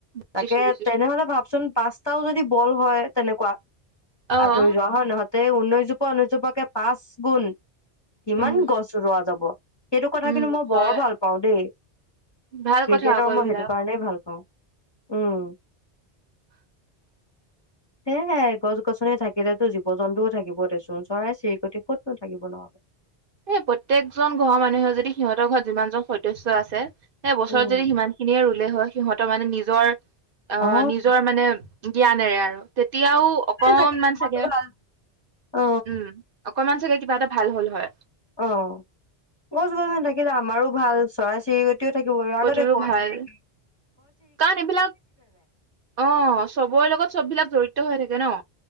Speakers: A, on the right (about 60°); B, on the left (about 30°).
A: বুজিছো
B: তাকে
A: বুজিছো।
B: তেনেহ'লে ভাবচোন পাঁচ টাও যদি বল হয়, তেনেকুৱা
A: অ',
B: আঁতৰি যোৱা হয় নহয়। তে উনৈছ জোপা, উনৈছজোপাকে পাঁচ গুণ কিমান
A: উম,
B: গছ ৰোৱা যাব। সেইটো কথা
A: উম,
B: কিন্তু মই
A: হয়।
B: বৰ ভাল পাওঁ দেই। ক্ৰিকেটৰ
A: ভাল কথা আকৌ এইবিলাক।
B: মই সেইটো কাৰণেই ভাল পাওঁ। উম
A: <inaudible>
B: সেয়েহে, গছ-গছনি থাকিলেতো জীৱ-জন্তুও থাকিব দেচোন, চৰাই-চিৰিকটি ক'তনো থাকিব নহ'লে।
A: এই প্ৰত্যেকজন ঘৰৰ মানুহে যদি সিহঁতৰ ঘৰত যিমানজন সদস্য আছে। সেই বছৰত
B: উম
A: যদি সিমান খিনিয়ে ৰুলে হয়, সিহঁতৰ মানে নিজৰ আহ
B: অ',
A: নিজৰ মানে জ্ঞানেৰে আৰু তেতিয়াও অকনমান
B: থাকে আমাৰতো
A: চাগে,
B: ভাল অ',
A: উম অকনমান চাগে কিবা এটা ভাল হ'ল হয়।
B: অ, গছ-গছনি থাকিলে আমাৰো ভাল, চৰাই-চিৰিক টিও থাকিব আৰু।
A: কতোৰো
B: আগতে ঘৰচিৰিকি
A: ভাল কাৰণ এইবিলাক, অ চবৰে লগত চববিলাক জড়ি ত হৈ থাকে ন।